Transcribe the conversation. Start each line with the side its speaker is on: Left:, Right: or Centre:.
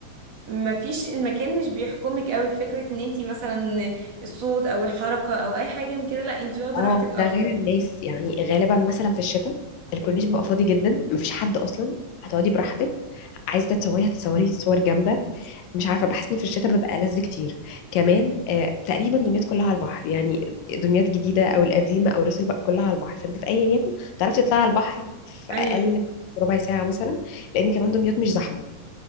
Right: ما فيش المكان مش بيحكمك قوي في فكرة ان انت مثلا الصوت او الحركة او اي حاجة من كده لا انت واخدة
Left: اه
Right: راحتك
Left: ده
Right: اكتر
Left: غير الناس يعني غالبا مثلا في الشتاء الكورنيش بيبقى فاضي جدا مفيش حد اصلا هتقعدي براحتك عايزه تتصوري هتتصوري صور جامده مش عارفه بحس انه في الشتاء ببقى لذ كتر كمان آه تقريبا دمياط كلها على البحر يعني دمياط الجديده او القديمه او راس البر كلها على البحر فانت في ايا يكن تعرفي تطلعي على البحر في
Right: ايوه
Left: اقل ربع ساعه مثلا لان كمان دمياط مش زحمه